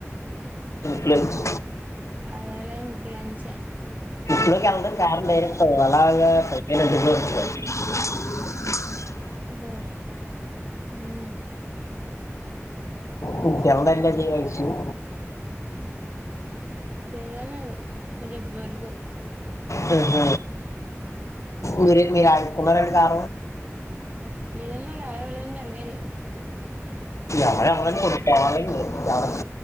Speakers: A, on the left; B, on the right.
A: ప్లస్
B: అడేలే ముక్కు లోంచి
A: ముక్కులోకి వెళ్ళడం <unintelligible>
B: ఓహో అవునా
A: నీకు తెలదేండి అ విషయం
B: తెలవలేదు అది ఇప్పుడు వరుకు
A: హుహ్ మీరే మీరు అడుకున్నారంట కారం.
B: ఏదన్న ఎవరన్నరు <unintelligible>
A: ఎవరెవరనీ కొద్దిగా <unintelligible>